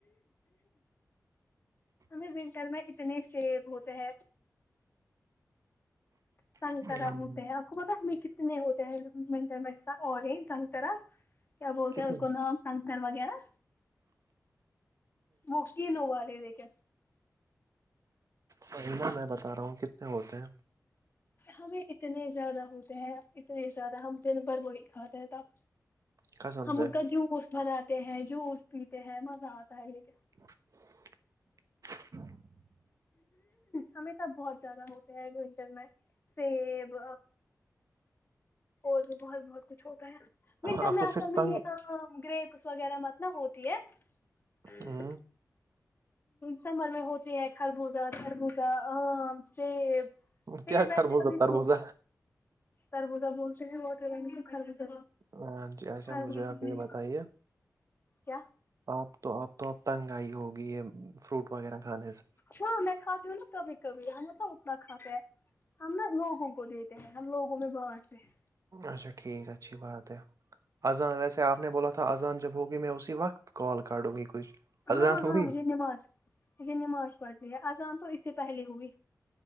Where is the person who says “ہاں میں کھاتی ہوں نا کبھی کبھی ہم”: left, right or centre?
Left